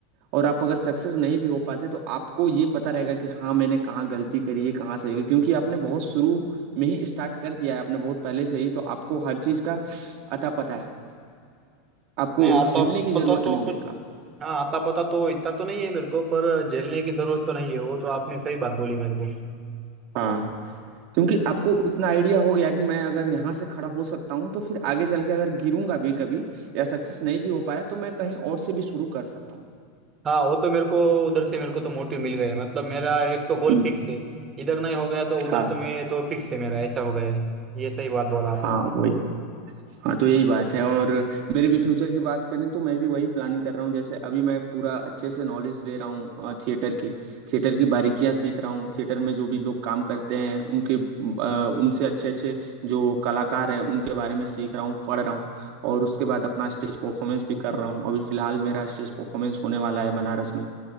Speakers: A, on the right; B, on the right.
A: और आप अगर सक्सेस नहीं भी हो पाते तो आपको ये पता रहेगा कि हाँ मैंने कहाँ गलती करी है कहाँ सही है क्योंकि आपने बहुत शुरू में ही स्टार्ट कर दिया है आपने बहुत पहले से ही तो आपको हर चीज का अता पता है आपको
B: नहीं आता
A: झेलने की
B: पता
A: जरूरत
B: तो
A: नहीं
B: कुछ
A: है आपको
B: हाँ आता पता तो इतना तो नहीं है मेरे को पर झेलने की जरूरत तो नहीं है वो तो आपने सही बात बोली मेरे को
A: हाँ क्योंकि आपको उतना आइडिया हो गया कि मैं अगर यहाँ से खड़ा हो सकता हूँ तो फिर आगे चल के अगर गिरूंगा भी कभी या सक्सेस नहीं भी हो पाया तो मैं कहीं और से भी शुरू कर सकता
B: हाँ वो तो मेरे को उधर से मेरे को तो मोटिव मिल गया है। मतलब मेरा एक तो गोल
A: हूँ
B: फिक्स है इधर नहीं हो गया तो उधर
A: हाँ
B: तो मैं तो फिक्स है मेरा ऐसा हो गया है ये सही बात बोला आपने
A: हाँ वही हाँ तो यही बात है और मेरे भी फ्यूचर की बात करें तो मैं भी वही प्लानिंग कर रहा हूँ जैसे अभी मैं पूरा अच्छे से नॉलेज ले रहा हूँ थिएटर की थिएटर की बारीकियाँ सीख रहा हूँ थिएटर में जो भी लोग काम करते हैं उनके अ, उनसे अच्छे अच्छे जो कलाकार हैं उनके बारे में सीख रहा हूँ पढ़ रहा हूँ और उसके बाद अपना स्टेज परफॉर्मेंस भी कर रहा हूँ अभी फिलहाल मेरा स्टेज परफॉर्मेंस होने वाला है बनारस में